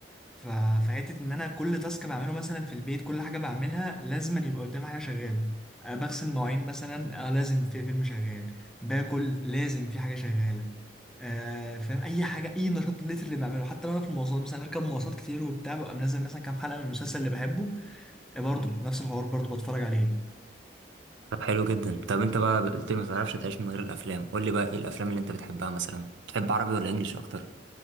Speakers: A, in the centre; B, on the right (about 80°).
A: ف- فحته ان انا كل تاسك بعمله مثلا في البيت كل حاجه بعملها لازم يبقى قدامي حاجه شغاله أه بغسل مواعين مثلا أه لازم في فيلم شغال باكل لازم في حاجه شغاله أه فاهم اي حاجه اي نشاط لتر اللي بعمله حتى لو انا في المواصلات مثلا بركب مواصلات كتير وبتاع ببقى منزل مثلا كام حلقه من المسلسل اللي بحبه آه، برضه نفس الحوار برضه بتفرج عليه
B: طب حلو جدا طب أنت بقى قلت لي ما تعرفش تعيش من غير الأفلام قول لي بقى إيه الأفلام اللي أنت بتحبها مثلا بتحب عربي ولا إنجليش أكتر؟